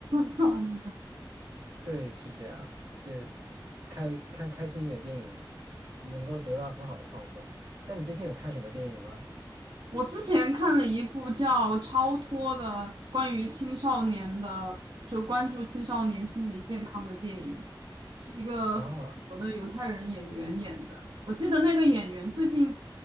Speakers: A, on the right (about 80°); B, on the right (about 45°).
A: 算了。
B: 对，是这样，对，开看开心一点电影，能够得到很好的放松。那你最近有看什么电影吗？
A: 我之前看了一部叫《超脱》的关于青少年的，就关注青少年心理健康的电影，是一个法国的犹太人演员演的。
B: 哦，
A: 我记得那个演员最近